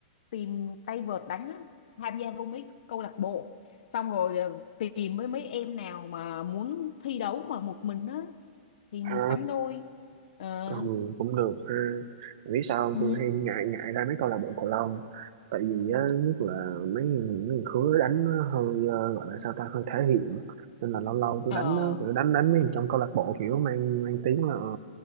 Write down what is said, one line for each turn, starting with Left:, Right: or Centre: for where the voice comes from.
Left: tìm tay vợt đánh á, tham gia vô mấy câu lạc bộ xong rồi ờ, tìm với mấy em nào mà muốn thi đấu mà một mình á thì mình
Right: À,
Left: sánh đôi ờ
Right: còn cũng được ha. Vì sao không?
Left: ừ
Right: tôi hay ngại ngại ra mấy câu lạc bộ cầu lông tại vì á, nhất là mấy người- mấy người khứa đánh nó hơi ờ, gọi là sao ta hơi thể hiện nên là lâu lâu tôi
Left: ờ
Right: đánh á, kiểu đánh đánh mấy người trong câu lạc bộ kiểu mang mang tiếng là ờ,